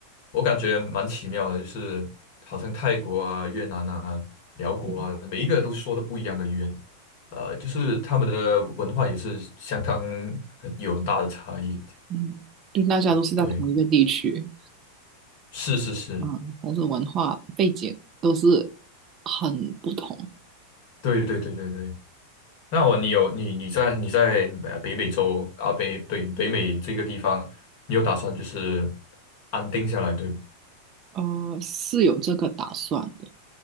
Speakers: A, on the left; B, on the right.
A: 我感觉蛮奇妙的，就是好像泰国啊、越南啊、辽国啊，
B: 嗯
A: 每一个都说的不一样的语言，呃，就是他们的文化也是相当很有很大的差异。
B: 嗯，就大家都是在同一个地区，
A: 对，是是是，
B: 啊，但是文化背景都是很不同。
A: 对对对对对。那我你有你你在你在呃北美洲啊北对北美这个地方，你有打算就是安定下来对吗？
B: 呃，是有这个打算的。